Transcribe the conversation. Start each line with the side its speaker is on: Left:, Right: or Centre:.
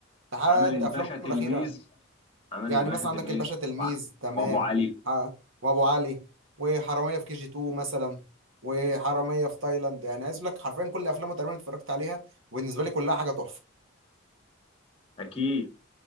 Right: لحد
Left: عمل الباشا
Right: افلامه
Left: تلميذ
Right: الاخيره
Left: عمل
Right: يعني
Left: الباشا
Right: مثلا
Left: تلميذ
Right: عندك الباشا تلميذ
Left: وع-
Right: تمام
Left: وأبو علي
Right: آه، وابو علي وحراميه في كي جي 2 مثلا وحراميه في تايلاند يعني عايز اقول لك حرفيا كل افلامه تقريبا اتفرجت عليها وبالنسبه لي كلها حاجه تحفه
Left: أكيد